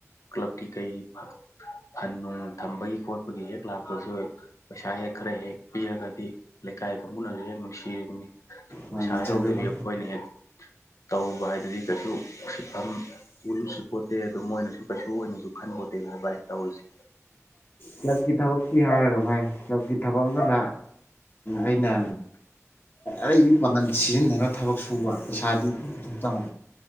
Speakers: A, on the left (about 75°); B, on the left (about 40°).
A: ꯀ꯭ꯂꯕꯀꯤ ꯀꯩꯒꯤ ꯐ ꯐꯟ ꯅꯨꯡ ꯊꯝꯕꯒꯤ ꯈꯣꯠꯄꯒꯤ ꯍꯦꯛ ꯂꯥꯛꯄꯁꯨ ꯄꯩꯁꯥ ꯍꯦꯛ ꯈꯔ ꯍꯦꯛ ꯄꯤꯔꯒꯗꯤ ꯂꯩꯀꯥꯏ ꯀꯥꯡꯕꯨꯅꯁꯨ ꯍꯦꯛ ꯅꯨꯡꯁꯤꯔꯤꯕꯅꯤ
B: ꯃꯥꯅꯤ
A: ꯄꯩꯁꯥ
B: ꯖꯜꯕꯦꯕꯥ
A: ꯌꯥꯎꯗꯕꯤ ꯑꯩꯈꯣꯏꯅ ꯍꯦꯛ ꯇꯧꯕ ꯍꯥꯏꯗꯨꯗꯤ ꯀꯩꯁꯨ ꯎꯁꯤꯠꯐꯝ ꯎꯔꯨꯁꯨꯁꯤꯠꯄꯣꯟꯇꯦ ꯑꯗꯨ ꯃꯣꯏꯅꯁꯨ ꯀꯩꯁꯨ ꯑꯣꯏꯅꯁꯨ ꯈꯟ ꯄꯣꯠꯇꯦ ꯑꯗꯨꯅ ꯕꯥꯏ ꯇꯧꯔꯤꯁꯦ
B: ꯀ꯭ꯂꯕꯀꯤ ꯊꯕꯛꯀꯤ ꯍꯥꯏꯔꯒ ꯃꯥꯏ ꯀ꯭ꯂꯕꯀꯤ ꯊꯕꯛ ꯑꯃꯅ ꯑꯩꯅ ꯑꯩ ꯄꯥꯡꯒꯟ ꯁꯤꯖꯤꯟꯅꯔꯒ ꯊꯕꯛ ꯁꯨꯕ ꯄꯩꯁꯥꯗꯤ ꯏꯄꯨ ꯄꯨꯊꯣꯛꯇꯕ